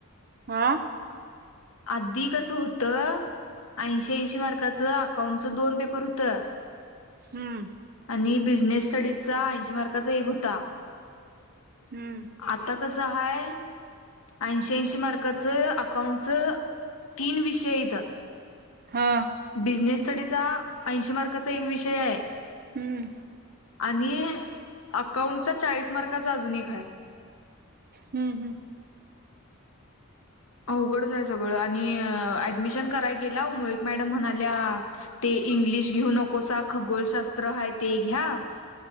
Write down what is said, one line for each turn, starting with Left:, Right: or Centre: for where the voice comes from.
Right: आं.
Left: आधी कसं होतं ऐंशी ऐंशी मार्काचं अकाउंटच दोन पेपर होतं
Right: हम्म.
Left: आणि बिझनेस स्टडीजचा ऐंशी मार्काचा एक होता.
Right: हम्म
Left: आता कस आहे ऐंशी ऐंशी मार्क अकाउंट च तीन विषय येतं
Right: हा
Left: बिझनेस स्टडीचा ऐंशी मार्काचा एक विषय आहे.
Right: हम्म.
Left: आणि अकाउंटचा चाळीस मार्काचा अजून एक आहे.
Right: हम्म हम्म.
Left: अवघडच आहे सगळं आणि ऍडमिशन कराय गेला मुळीक मॅडम म्हणाल्या ते इंग्लिश घेऊ नकोसा खगोलशास्त्र आहे ते घ्या.